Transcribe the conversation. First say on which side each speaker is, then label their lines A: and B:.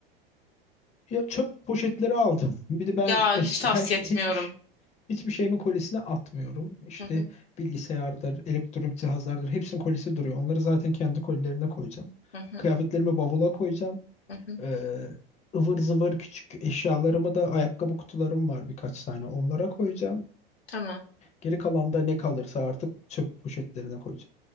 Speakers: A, on the left; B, on the left.
A: Ya çöp poşetleri aldım. <laughs> Bir de ben
B: Ya
A: eski
B: hiç tavsiye
A: her şey
B: etmiyorum.
A: hiçbir şey- hiçbir şeyimin kolisine atmıyorum. İşte
B: Hı hı,
A: bilgisayardır, elektronik cihazlardır hepsinin kolisi duruyor. Onları zaten kendi kolilerine koyacağım.
B: hı hı,
A: Kıyafetlerimi bavula koyacağım.
B: hı hı.
A: Ee, ıvır zıvır küçük eşyalarımı da ayakkabı kutularım var birkaç tane onlara koyacağım.
B: Tamam.
A: Geri kalan da ne kalırsa artık çöp poşetlerine koyacağım.